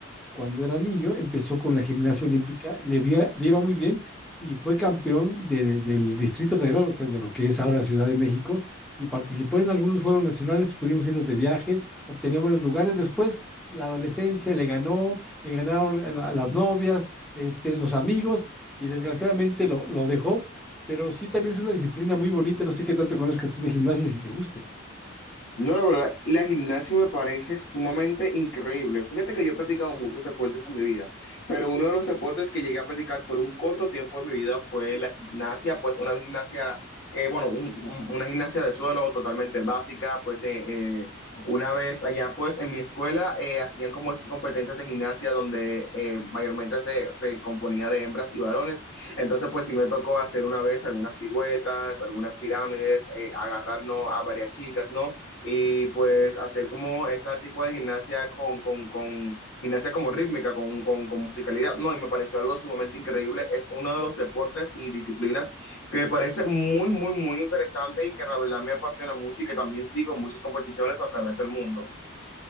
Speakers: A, in the centre; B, on the left (about 60°).
A: cuando era niño, empezó con la gimnasia olímpica, le, vía- le iba muy bien y fue campeón de- del Distrito Federal, o sea, de lo que es ahora Ciudad de México, y participó en algunos Juegos Nacionales, pudimos irnos de viaje, obtenía buenos lugares. Después, la adolescencia le ganó, le ganaron a la- a las novias, este, los amigos, y desgraciadamente lo, lo dejó, pero sí también es una disciplina muy bonita, no sé qué tanto conozcas tú de gimnasia y si te guste.
B: No, la verdad, la gimnasia me parece sumamente increíble. Fíjate que yo he practicado muchos deportes en mi vida, pero uno de los deportes que llegué a practicar por un corto tiempo de mi vida fue la gimnasia, pues una gimnasia, eh, bueno, un- un- una gimnasia de suelo totalmente básica, pues eh, eh, una vez allá, pues en mi escuela eh, hacían como esas competencias de gimnasia donde eh, mayormente se, se componía de hembras y varones. Entonces, pues sí me tocó hacer una vez algunas piruetas, algunas pirámides, eh, agarrar, ¿no? a varias chicas, ¿no? y pues hacer como ese tipo de gimnasia con, con, con gimnasia como rítmica, con, con, con musicalidad. No, y me pareció algo sumamente increíble. Es uno de los deportes y disciplinas que me parece muy, muy, muy interesante y que la verdad me apasiona mucho y que también sigo muchas competiciones a través del mundo.